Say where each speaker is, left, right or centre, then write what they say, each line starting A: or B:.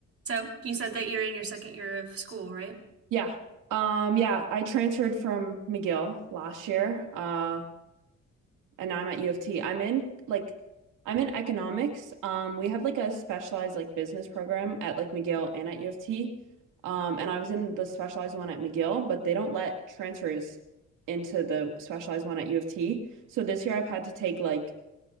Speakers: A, on the right; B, on the right.
A: So you said that you're in your second year of school, right?
B: Yeah. Um, yeah, I transferred from McGill last year, uh, and now I'm at U of T. I'm in like I'm in economics. Um, we have like a specialized like business program at like McGill and at U of T. Um, and I was in the specialized one at McGill, but they don't let transfers into the specialized one at U of T. So this year I've had to take like